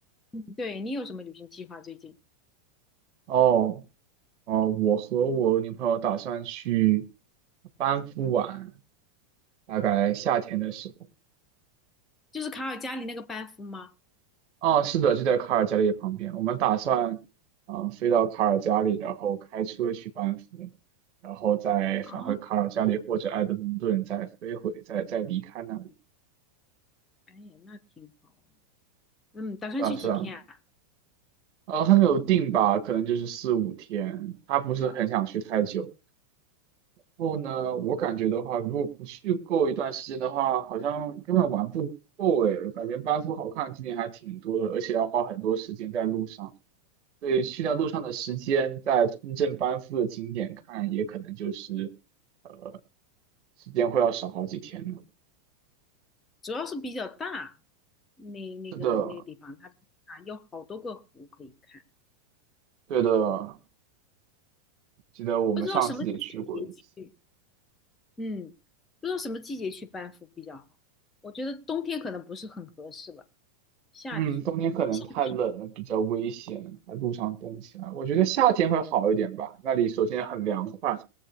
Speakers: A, on the left (about 20°); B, on the right (about 45°).
A: 嗯，对，你有什么旅行计划最近？
B: 哦。哦，我和我女朋友打算去班夫玩，大概夏天的时候。
A: 就是卡尔加里那个班夫吗？
B: 哦，是的，就在卡尔加里旁边。我们打算，嗯、飞到卡尔加里，然后开车去班夫，然后再返回卡尔加里或者埃德蒙顿，
A: 啊，
B: 再飞回，再再离开那里。
A: 哎呀，那挺好啊。嗯，打算去几天啊？
B: 算了算了，呃，还没有定吧，可能就是四五天。他不是很想去太久，后呢，我感觉的话，如果不去够一段时间的话，好像根本玩不够诶。感觉班夫好看的景点还挺多的，而且要花很多时间在路上。所以去掉路上的时间，在真正班夫的景点看，也可能就是呃，时间会要少好几天呢。
A: 主要是比较大，那那个那个地方它啊有好多个湖可以看，
B: 是的，对的，记得我们上次也去过一次。
A: 不知道什么季节去。嗯，不知道什么季节去班夫比较好。我觉得冬天可能不是很合适吧，夏天，
B: 嗯，冬天可能太冷了，
A: 夏天。
B: 比较危险，还路上冻起来。我觉得夏天会好一点吧，那里首先很凉快。